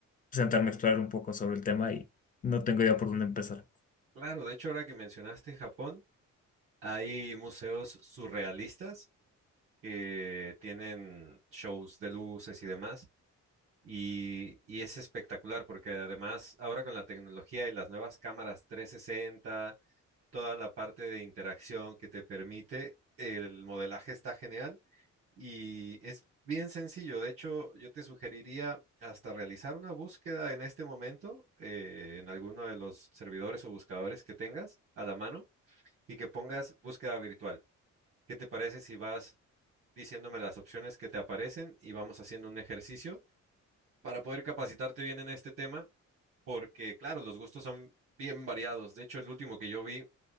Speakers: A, on the left; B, on the right.
A: sentarme a explorar un poco sobre el tema y no tengo idea por dónde empezar.
B: Claro, de hecho, ahora que mencionaste Japón, hay museos surrealistas que tienen shows de luces y demás. Y, y es espectacular porque además ahora con la tecnología y las nuevas cámaras 360 toda la parte de interacción que te permite. El modelaje está genial y es bien sencillo. De hecho, yo te sugeriría hasta realizar una búsqueda en este momento eh, en alguno de los servidores o buscadores que tengas a la mano y que pongas búsqueda virtual. ¿Qué te parece si vas diciéndome las opciones que te aparecen y vamos haciendo un ejercicio para poder capacitarte bien en este tema? Porque, claro, los gustos son bien variados. De hecho, el último que yo vi